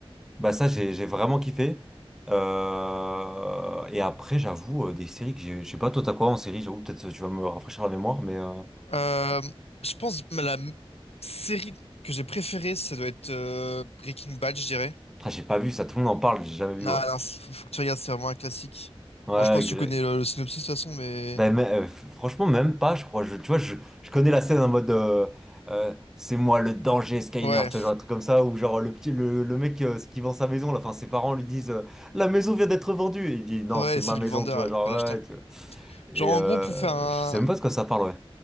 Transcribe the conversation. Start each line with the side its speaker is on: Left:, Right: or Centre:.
Centre: bah ça, j'ai j'ai vraiment kiffé. Euh, Et après, j'avoue, euh, des séries que j'ai... Je sais pas, toi, t'as quoi en série? J'avoue, peut-être euh, tu vas me rafraîchir la mémoire, mais... euh,
Left: Euh, je pense que la m- série que j'ai préférée, ça doit être euh, Breaking Bad, je dirais.
Centre: ah, j'ai pas vu ça, tout le monde en parle, j'ai jamais vu,
Left: Non,
Centre: ouais.
Left: non, faut faut que tu regardes, c'est vraiment un classique.
Centre: Ouais,
Left: Bon, je pense
Centre: Grey.
Left: que tu connais le, le synopsis de toute façon, mais...
Centre: Ben, mais, euh, f- franchement, même pas, je crois. Je, tu vois, je, je connais la scène en mode... euh, euh, c'est moi le danger, Skyner,
Left: Ouais,
Centre: tu vois, genre un truc comme ça, où genre le petit, le, le mec euh, qui vend sa maison, là, enfin, ses parents lui disent euh, La maison vient d'être vendue!» Et il dit «Non,
Left: ouais,
Centre: c'est
Left: c'est
Centre: ma
Left: lui
Centre: maison»,
Left: le vendeur,
Centre: tu vois,
Left: ouais. Enfin,
Centre: genre,
Left: l'acheteur.
Centre: ouais, tu vois. Et
Left: Genre, en
Centre: euh,
Left: gros, pour faire un,
Centre: je sais même pas de quoi ça parle, ouais.